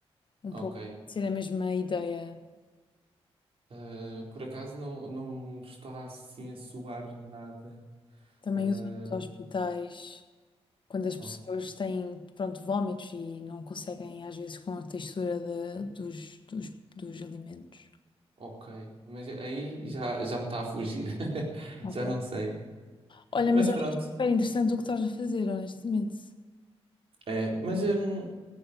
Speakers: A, on the left (about 50°); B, on the right (about 65°).
A: um
B: ok.
A: pouco, pode ser a mesma ideia.
B: Eh, por acaso não, não me está assim a soar nada.
A: Também
B: Eh,
A: usam nos hospitais. Quando as pessoas
B: o-
A: têm, pronto, vómitos e não conseguem, às vezes, com a textura de- dos, dos, dos alimentos.
B: ok, mas aí já, já me está a fugir. <laughs>
A: Ok.
B: Já não sei.
A: Olha,
B: Mas
A: mas acho
B: pronto,
A: super interessante o que estás a fazer, honestamente.
B: é. Mas hum,